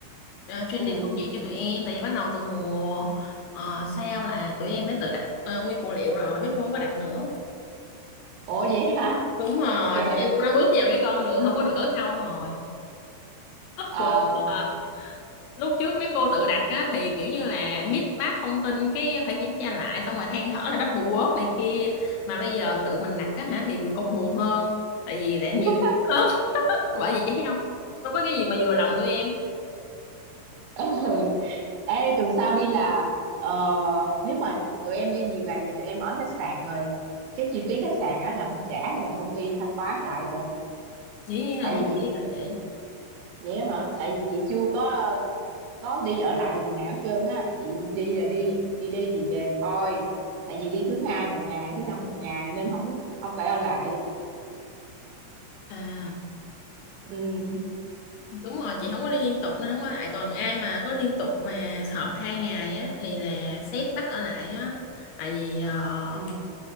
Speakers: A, on the left; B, on the right.
A: ờ, training
B: Ừ.
A: công việc cho tụi em tại vì bắt đầu từ mùa ờ, sau là tụi em phải tự đặt ờ, nguyên phụ liệu rồi mấy cô không có đặt nữa.
B: Ủa vậy hả?
A: Đúng rồi,
B: Chà.
A: tụi em cũng đã bước vào cái con đường không có được ở không rồi.
B: Ờ
A: Buồn quá à. lúc trước mấy cô tự đặt á, thì kiểu như là mix match thông tin cái phải kiểm tra lại xong rồi than thở là double word này kia mà bây giờ tự mình đặt á hả thì tụi con buồn hơn tại vì đã nhiều
B: <laughs>
A: hơn <laughs> bởi vì chị thấy không đâu có cái gì mà vừa lòng tụi em
B: ừ. Ê tuần sau đi là ờ, nếu mà tụi em đi nhiều ngày vậy tụi em ở khách sạn rồi cái chi phí khách sạn á là mình trả hay là công ty thanh toán lại vậy?
A: dĩ nhiên
B: Tại
A: là công
B: vì chị
A: ty rồi chị
B: vậy á hả tại vì chị chưa có có đi ở lại lần nào hết trơn á chị đi là đi đi đi về về thôi tại vì đi thứ hai một ngày thứ năm một ngày nên không không phải ở lại
A: à
B: ừ
A: đúng rồi chị không có đi liên tục nó không có lại còn ai mà có liên tục mà họp hai ngày á thì là sếp bắt ở lại á tại vì ờ,
B: ừ